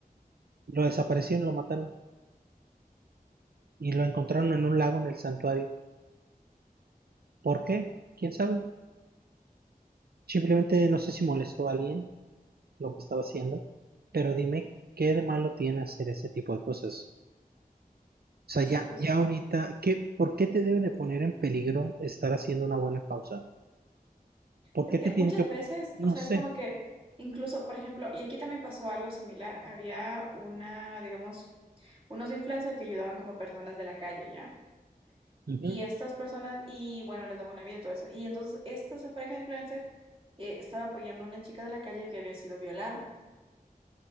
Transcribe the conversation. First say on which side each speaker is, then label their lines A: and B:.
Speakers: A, on the right; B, on the right.
A: Lo desaparecieron, lo mataron y lo encontraron en un lago en el santuario. ¿Por qué? ¿Quién sabe? Simplemente no sé si molestó a alguien lo que estaba haciendo. Pero dime, ¿qué de malo tiene hacer ese tipo de cosas? sea,
B: Exacto.
A: ya, ya ahorita, ¿qué, por qué te debe de poner en peligro estar haciendo una buena causa? ¿Por
B: Es
A: qué
B: que
A: te
B: muchas
A: tiene que,
B: veces,
A: no
B: o sea,
A: sé?
B: es como que incluso, por ejemplo, y aquí también pasó algo similar, había una, digamos, unos influencers que ayudaban como personas de la calle, ¿ya?
A: Ujú.
B: Y estas personas, y bueno, les daban una vida, todo eso. Y entonces, esta pareja de influencers eh, estaba apoyando a una chica de la calle que había sido violada.